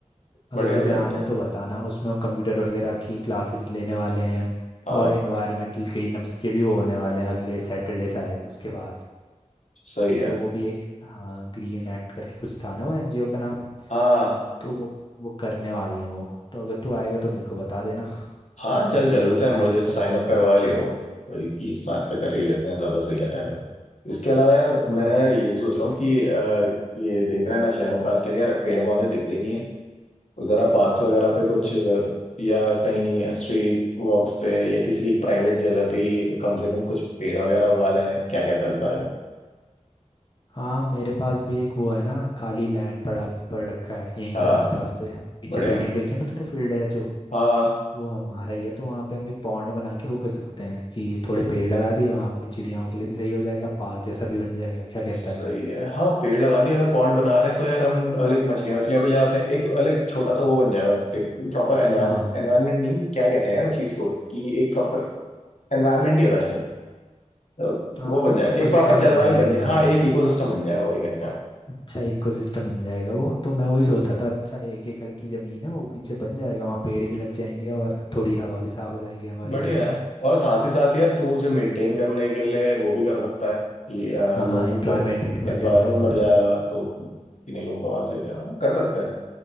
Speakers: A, on the left; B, on the left.
A: अगर
B: बढ़िया
A: तुझे
B: बढ़िया
A: आना
B: बताओ
A: है तो बताना उसमें वो कंप्यूटर वगैरह की क्लासेस लेने वाले हैं
B: हाँ
A: और इन्वायरमेंटल क्लीनअप्स के भी वो होने वाले हैं अगले सैटरडे शायद उसके बाद
B: सही है
A: तो वो भी एक हाँ ग्रीन एक्ट करके कुछ था ना वो एनजीओ का नाम
B: हाँ
A: तो वो वो करने वाले हैं वो तो अगर तू आएगा तो मेरे को बता देना
B: हाँ
A: मैं
B: चल
A: तेरे
B: चलते
A: पे
B: हैं
A: साइन
B: मुझे साइन
A: करवा दूंगा
B: अप करवा लियो वही कि साथ पे कर ही लेते हैं ज्यादा सही रहेगा इसके अलावा यार
A: हाँ
B: मैं ये भी सोच रहा हूँ
A: इस-
B: कि अ, ये देख रहे हैं ना शहरों का आजकल यार पेड़ पौधे दिखते ही नहीं है तो जरा पार्क्स वगैरह पे कुछ
A: अरे
B: अ, या कहीं स्ट्रीट वॉक्स पे या किसी प्राइवेट जगह पे ही कम से कम कुछ पेड़ वगैरह उगा लें क्या कहता है इस बारे में
A: हाँ मेरे पास भी एक वो है ना खाली लैंड पड़ा पड़ रखा है यहीं
B: हाँ
A: पे आसपास पे पीछे
B: बढ़िया
A: बिल्डिंग देखी है ना तूने फील्ड है जो
B: हाँ
A: वो हमारा ही है तो वहाँ पे हम एक पॉन्ड बना के वो कर सकते हैं कि थोड़े पेड़ लगा दिए वहाँ पे चिड़ियाओं के लिए भी सही हो जाएगा पार्क जैसा भी बन जाएगा क्या कहता
B: सही
A: है
B: है हाँ पेड़ लगा दिया अगर पॉन्ड बना रहे हैं तो यार हम लाइक मछलियाँ मछलियाँ भी ले आते हैं एक लाइक छोटा सा वो बन जाएगा लाइक प्रॉपर एनवायरमेंट
A: हाँ
B: नहीं क्या कहते हैं यार उस चीज को कि एक प्रॉपर एनवायरमेंट ही होता है शायद तो
A: हाँ
B: वो
A: मतलब
B: बन जाएगा
A: इकोसिस्टम
B: एक प्रॉपर जलवायु
A: बन जाएगा
B: बन
A: एक
B: जाए
A: बढ़िया
B: हाँ एक इकोसिस्टम बन जाएगा वही कहना चाह रहा हूँ
A: अच्छा इकोसिस्टम बन जाएगा वो तो मैं वही सोच रहा था अच्छा एक एकड़ की जमीन है वो पीछे बन जाएगा वहाँ पेड़ भी लग जाएंगे और थोड़ी हवा भी साफ हो जाएगी हमारे
B: बढ़िया
A: यहाँ की
B: है और साथ ही साथ यार तू उसे मेंटेन करने के लिए वो भी कर सकता है कि अ,
A: हाँ
B: लोगों
A: एम्प्लॉयमेंट
B: को
A: भी बढ़
B: एम्प्लॉयमेंट
A: जाएगा वहाँ
B: बढ़ जाएगा
A: पे
B: तो किन्हीं लोगों को और सही हो जाएगा कर सकते हैं